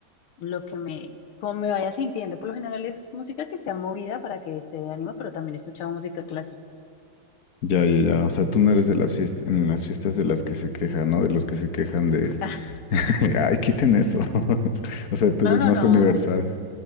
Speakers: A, on the left; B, on the left.
A: lo que me, como me vaya sintiendo. Por lo general es música que sea movida para que esté de ánimo, pero también he escuchado música clásica.
B: Ya, ya, ya. O sea, tú no eres de las fiestas, en las fiestas de las que se quejan, ¿no? De los que se quejan de,
A: <laughs>
B: <laughs> Ay, quiten eso. <laughs> O sea, tú
A: No,
B: eres
A: no,
B: más
A: no.
B: universal.